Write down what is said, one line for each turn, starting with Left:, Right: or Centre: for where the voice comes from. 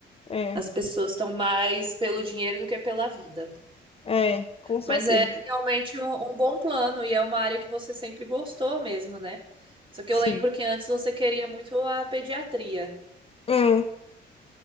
Left: é,
Right: As pessoas estão mais pelo dinheiro do que pela vida.
Left: é, com certeza.
Right: Mas é realmente um, um bom plano e é uma área que você sempre gostou mesmo, né? Só que
Left: Sim.
Right: eu lembro que antes você queria muito a pediatria.
Left: É.